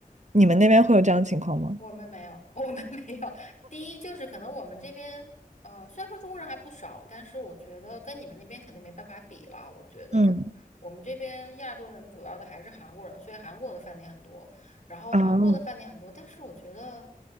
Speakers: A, on the right; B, on the left.
A: 你们那边会有这样的情况吗？
B: 我们没有，<laughs> 我们没有。第一就是可能我们这边，呃，虽然说中国人还不少，但是我觉得跟你们那边肯定没办法比了。我觉得我们这边亚洲人主要的还是韩国人，
A: 嗯，
B: 所以韩国的饭店很多，然后韩国的饭店很多，
A: 啊
B: 但是我觉得，